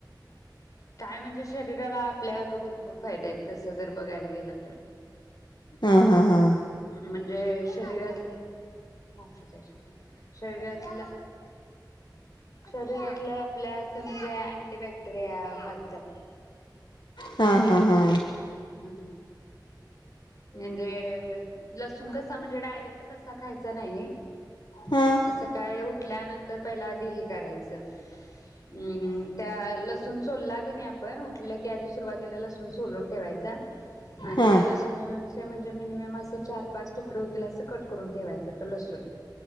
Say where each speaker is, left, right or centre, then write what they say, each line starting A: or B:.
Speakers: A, on the left; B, on the left.
A: काय म्हणजे शरीराला आपल्या अग भरपूर फायदा आहेत तसं जर बघायला गेलं तर
B: हा हा हा
A: म्हणजे शरीरातले मावशी शरीरातल शरीरात आपल्या असं म्हणजे अँटीबॅक्टेरिया मरतात
B: हा हा हा
A: हम म्हणजे लसुण कसा म्हणजे डायरेक्ट तसा खायचा नाहीये
B: हा
A: असं काय उठ उठल्यानंतर पहिला आधी हे करायचं हम्म त्या लसुण सोलला की नाही आपण उठलं की आधी सुरुवातीला लसुण सोलुन ठेवायचा आणि
B: हा
A: त्या लस म्हणजे मिनिमम असे चार पाच तुकडे होतील असं कट करून ठेवायचा तो लसुण